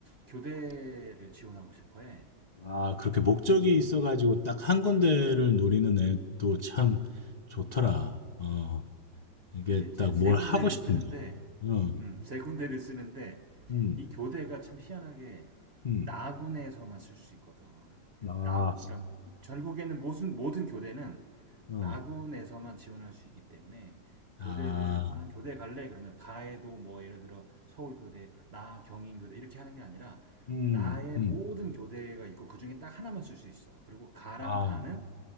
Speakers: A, on the right; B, on the left.
A: 교대를 지원하고 싶어 해.
B: 아, 그렇게 목적이
A: 아,
B: 있어가지고 딱 한 군데를 노리는 애도 참 좋더라. 어, 이게
A: 근데 이제
B: 딱
A: 세
B: 뭘
A: 군데를
B: 하고 싶은
A: 쓰는데,
B: 거. 응,
A: 음, 세 군데를 쓰는데,
B: 응,
A: 이 교대가 참 희한하게
B: 응.
A: 나군에서만 쓸 수 있거든.
B: 아,
A: 나, 그러니까 전국에는 모든, 모든 교대는
B: 어,
A: 나군에서만 지원할 수 있기 때문에
B: 아,
A: 교대를, 난 교대 갈래? 그러면 가에도 뭐 예를 들어 서울교대, 나 경인교대 이렇게 하는 게 아니라
B: 음,
A: 나의
B: 음,
A: 모든 교대가 있고 그 중에 딱 하나만 쓸 수 있어. 그리고 가랑
B: 아,
A: 다는